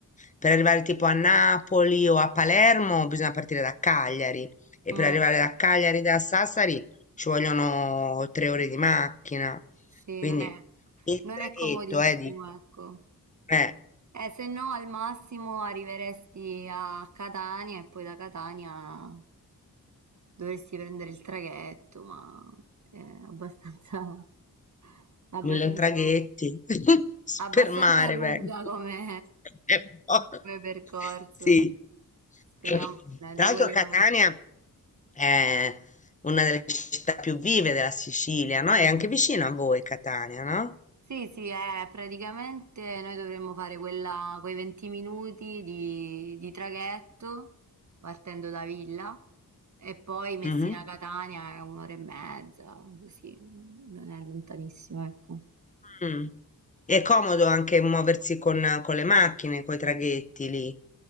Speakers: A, on the left; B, on the right.
A: per arrivare tipo a Napoli o a Palermo, bisogna partire da Cagliari e
B: Mh,
A: per arrivare da Cagliari da Sassari ci vogliono tre ore di macchina,
B: sì,
A: quindi
B: non è
A: il
B: non
A: traghetto,
B: è comodissimo,
A: eh, dico,
B: ecco.
A: eh.
B: Eh, se no al massimo arriveresti a Catania e poi da Catania dovresti prendere il traghetto, ma è abbastanza <laughs> abbastanza
A: 1000 traghetti,
B: co
A: <laughs> spermare
B: abbastanza lunga
A: vengo. <laughs>
B: come
A: È un po'.
B: come percorso.
A: Sì.
B: Speriamo
A: Tra
B: eh, dei
A: l'altro
B: collegamenti.
A: Catania è una delle città più vive della Sicilia, no?
B: Mh-mh.
A: È anche vicino a voi Catania, no?
B: Sì, sì, eh, praticamente noi dovremmo fare quella, quei 20 minuti di, di traghetto partendo da Villa e poi Messina-Catania
A: Mhm.
B: è un'ora e mezza, così non è lontanissimo, ecco.
A: Mm. È comodo anche muoversi con, con le macchine, con i traghetti lì,